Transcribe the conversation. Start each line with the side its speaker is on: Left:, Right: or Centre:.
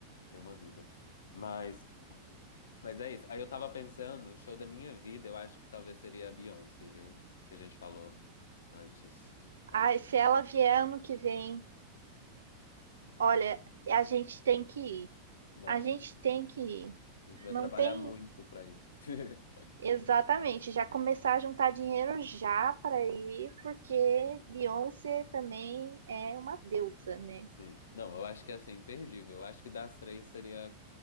Left: ter uma vida. Mas, mas é isso. Aí eu tava pensando, o show da minha vida, eu acho que talvez seria a Beyoncé, viu? Que a gente falou. Antes. É
Right: Ai,
Left: um...
Right: se ela vier ano que vem, olha, a gente tem que ir.
Left: Não.
Right: A gente tem que ir.
Left: A gente vai
Right: Não
Left: trabalhar
Right: tem
Left: muito pra ir. <laughs>
Right: exatamente, já começar a juntar dinheiro já para ir, porque Beyoncé também é uma deusa, né?
Left: Sim. Não, eu acho que é assim, imperdível. Eu acho que das três seria